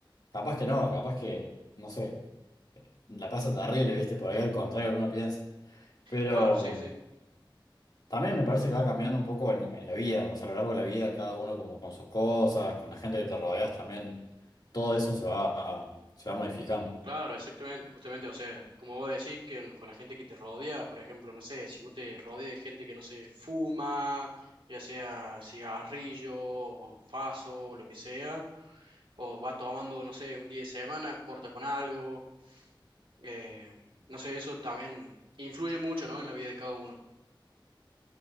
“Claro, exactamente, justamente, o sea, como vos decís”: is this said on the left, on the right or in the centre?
Right